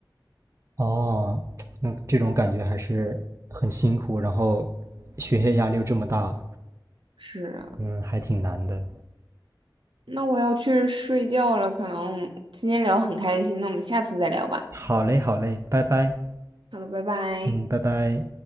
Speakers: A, on the right (about 40°); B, on the right (about 80°).
A: 哦，那这种感觉还是很辛苦，然后学业压力又这么大，
B: 是啊，
A: 嗯，还挺难的。
B: 那我要去睡觉了，可能我们今天聊很开心，那我们下次再聊吧。
A: 好嘞，好嘞，拜拜，
B: 好的，拜拜。
A: 嗯，拜拜。